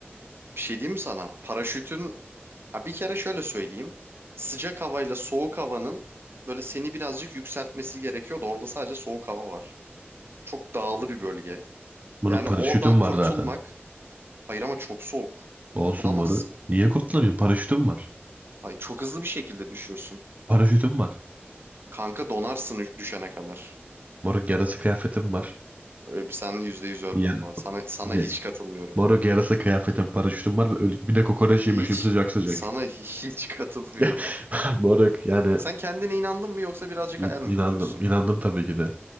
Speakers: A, on the right (about 65°); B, on the right (about 40°).
A: Bir şey diyeyim mi sana? Paraşütün... Ha, bir kere şöyle söyleyeyim. Sıcak havayla soğuk havanın böyle seni birazcık yükseltmesi gerekiyordu. orada sadece soğuk hava var. Çok dağlı bir bölge.
B: Moruk
A: Yani
B: paraşütüm
A: oradan kurtulmak...
B: var zaten.
A: Hayır ama çok soğuk.
B: Olsun
A: Kurtulamazsın.
B: moruk. Niye kurtulamayayım? Paraşütüm var.
A: Hayır, çok hızlı bir şekilde düşüyorsun.
B: Paraşütüm var.
A: Kanka donarsın düş- düşene kadar.
B: Moruk yarasa kıyafetim var.
A: Öyle bir- Sen %100 öldün
B: Yar
A: bu arada. Sana, sana
B: ye.
A: hiç katılmıyorum.
B: Moruk yarasa kıyafetim, paraşütüm var ve öl- bir de kokoreç
A: Hiç.
B: yemişim sıcak sıcak.
A: Sana hiç <laughs> katılmıyorum.
B: <laughs> Moruk yani
A: Sen kendine inandın mı yoksa birazcık
B: İn-
A: hayal mi
B: İnandım.
A: kuruyorsun?
B: İnandım tabii ki de.